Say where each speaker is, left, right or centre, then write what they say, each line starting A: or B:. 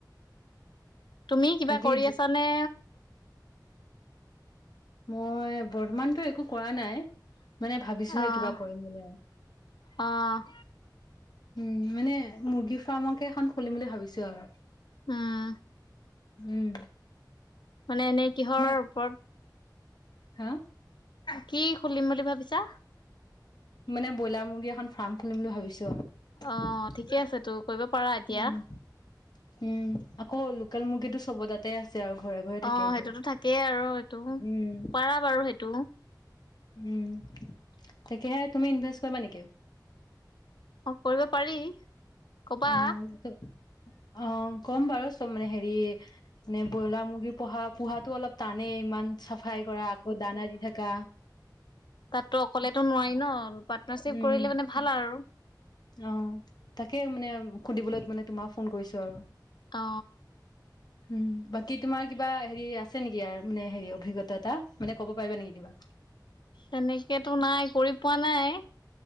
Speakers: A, on the left; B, on the left.
A: তুমি কিবা
B: বাকী
A: কৰি আছানে?
B: মই বৰ্তমানতো একো কৰা নাই মানে ভাবিছোহে
A: অ',
B: কিবা কৰিম বুলি আৰু।
A: অ'
B: উম মানে মুৰ্গী ফাৰ্মকে এখন খুলিম বুলি ভাবিছো আৰু
A: উম,
B: উম।
A: মানে এনেই কিহৰৰ
B: তোমাক
A: ওপৰত?
B: হা
A: কি খুলিম বুলি ভাবিছা?
B: মানে ব্ৰইলাৰ মুৰ্গী এখন ফাৰ্ম খুলিম বুলি ভাবিছো আৰু।
A: অ', ঠিকে আছে তো কৰিব পাৰা এতিয়া?
B: উম উম আকৌ লোকেল মুৰ্গীটো চবৰ তাতেই আছে আৰু ঘৰে ঘৰে থাকে
A: অ',
B: এইটো
A: সেইটোতো থাকেই আৰু এইটো।
B: উম
A: পাৰা বাৰু সেইটো
B: উম তাকেহে তুমি ইনভেষ্ট কৰিবা নেকি?
A: অ কৰিব পাৰি। ক'বা
B: অ ম অ ক'ম বাৰু চব মানে হেৰি মানে ব্ৰইলাৰ মুৰ্গী পোহা পোহাতো অলপ টানেই ইমান চাফাই কৰা আকৌ দানা দি থাককা।
A: তাততো অকলেতো নোৱাৰি ন পাৰ্টনাৰশ্বিপ
B: উম
A: কৰিলে মানে ভাল আৰু।
B: অ তাকে মানে সুধিবলৈ মানে তোমাক ফোন কৰিছো আৰু।
A: অ
B: উম বাকী তোমাৰ কিবা হেৰি আছে আছে নেকি আৰ মানে হেৰি অভিজ্ঞা এটা, মানে ক'ব পাৰিবা নেকি কিবা?
A: তেনেকেতো নাই কৰি পোৱা নাই।